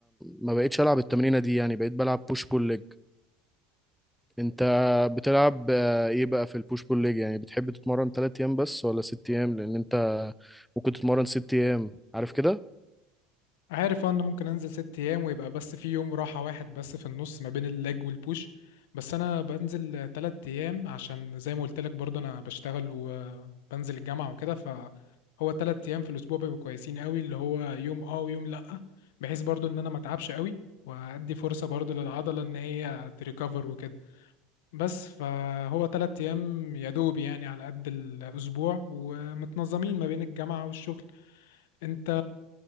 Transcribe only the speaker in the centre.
ما بقيتش ألعب التمرينة دي يعني بقيت بلعب بوش بول ليج أنت بتلعب آه، إيه بقى في البوش بول ليج يعني بتحب تتمرن تلات أيام بس ولا ست أيام لأن أنت ممكن تتمرن ست أيام عارف كده؟